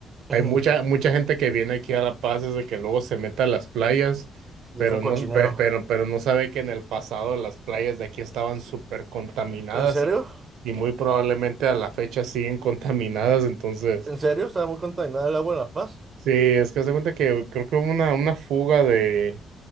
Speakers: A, on the right; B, on the right.
A: hay
B: Ujú.
A: mucha, mucha gente que viene aquí a La Paz desde que luego se mete a las playas,
B: Y
A: pero
B: es un cochinero.
A: no, pe- pero, pero no sabe que en el pasado las playas de aquí estaban súper contaminadas
B: ¿En serio?
A: y, y muy probablemente a la fecha siguen contaminadas, entonces.
B: ¿En serio? Estaba muy contaminada el agua en La Paz.
A: Sí, es que haz de cuenta que creo que hubo una, una fuga de,